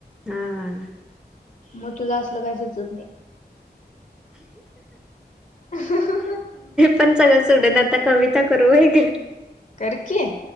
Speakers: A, in the centre; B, on the left (about 45°).
A: हा
B: मग तुला असल काही सुचत नाही हं हं
A: पणचाला सोडून आता कविता करू का
B: कर की.